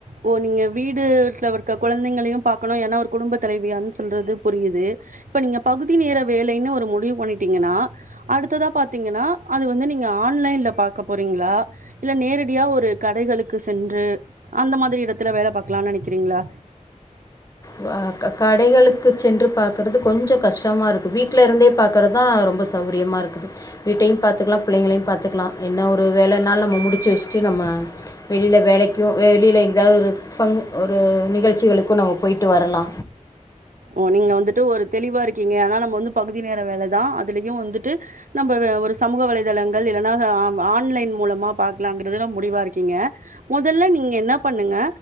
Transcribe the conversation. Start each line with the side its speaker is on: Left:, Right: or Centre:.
Right: ஓ நீங்க வீடுட்ல இருக்க குழந்தைங்களையும் பாக்கணு ஏனா ஒரு குடும்ப தலைவியான் சொல்றது புரியிது இப்ப நீங்க பகுதி நேர வேலைனு ஒரு முடிவு பண்ணிட்டீங்கனா அடுத்ததா பாத்திங்கனா அது வந்து நீ ங்க ஆன்லைன்ல பாக்க போறீங்ளா இல்ல நேரடியா ஒரு கடைகளுக்கு சென்று அந்த மாதிரி எடத்துல வேல பாக்லான் நெனக்றிங்ளா
Left: வ க கடைகளுக்கு சென்று பாக்கறது கொஞ்சொ கஷ்டமாருக்கு வீட்ல இருந்தே பாக்கறதா ரொ ம்ப சௌரியமா இருக்குது வீட்டையும் பாத்துகலா பிள்ளைங்களையும் பாத்துக்லா என்ன ஒரு வேல நாலு நம்ம முடிச்சு வெச்ட்டு ந ம வெளில வேலைக்கு வெளில எதாவது ஒரு ஃபங் ஒரு நிகழ்ச்சிகளுக்கு நம்ம போய் ட்டு வரலா
Right: உ நீங்க வந்துட்டு ஒரு தெளிவா இருக்கீங்க அதனா நம்ம வந்து பகுதி நேர வேலதா அதுலியு வந்துட்டு நம்ப வ ஒரு சமூக வலைதளங்கள் இல்லனா ஹ ஆவ் ஆன்லைன் மூலமா பாக்லாங்கிறதுல முடிவா இருக்கீங்க மொதல்ல நீங்க என்னா பண்ணுங்க